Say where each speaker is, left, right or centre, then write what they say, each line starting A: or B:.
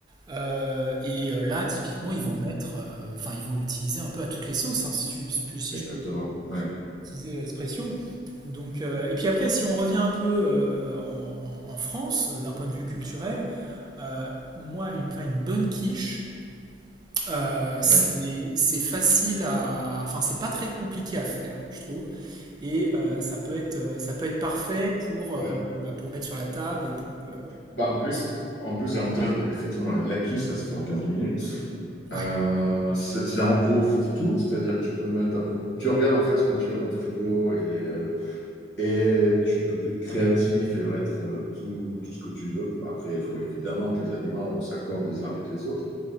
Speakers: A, on the right; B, on the left.
A: Euh, et euh, là, typiquement, ils vont mettre, euh, enfin, ils vont l'utiliser un peu à toutes les sauces, hein, si tu, si tu- si
B: exactement.
A: je peux
B: Ouais,
A: utiliser l'expression. Donc, euh, et puis après, si on revient un peu euh, en, en- en France, euh, d'un point de vue culturel, euh, moi, une, enfin, une bonne quiche, euh, c'est
B: ouais,
A: c'est facile à... Enfin, c'est pas très compliqué à faire, je trouve. Et euh, ça peut être, euh, ça peut être parfait pour, euh,
B: ouais.
A: bah, pour mettre sur la table et pour que...
B: Bah, en plus, en plus, l'avantage, effectivement, l'acquis, ça se fait en 15 minutes.
A: Ouais.
B: Euh, c'est c'est en gros fourre-tout, c'est-à-dire que tu peux mettre un peu- tu regardes en fait ce que tu as dans le frigo et, Et tu peux être créatif et mettre euh, tout, tout ce que tu veux. Après, il faut évidemment que les aliments s'accordent les uns avec les autres.